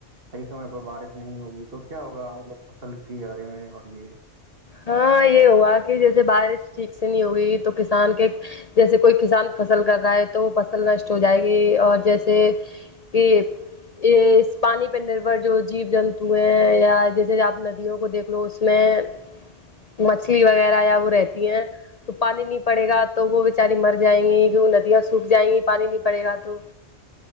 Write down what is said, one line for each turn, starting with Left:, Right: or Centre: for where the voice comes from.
Right: صحیح سم پہ بارش نہیں ہوگی تو کیا ہوگا مطلب فصل کے بارے میں اور یہ-
Left: ہاں یہ ہوا کہ جیسے بارش ٹھیک سے نہیں ہوگئی تو کسان کے- جیسے کوئی کسان فصل کر رہا ہے تو وہ فصل نشٹ ہو جائے گی اور جیسے- کے- یہ اس پانی پہ نربھر جو جیو جنتو ہیں یا جیسے آپ ندیوں کو دیکھ لو اس میں- مچھلی وغیرہ یا وہ رہتی ہیں- تو پانی نہیں پڑے گا تو وہ بیچاری مر جائیں گی کی وہ ندیاں سوکھ جائیں گی پانی نہیں پڑے گا تو-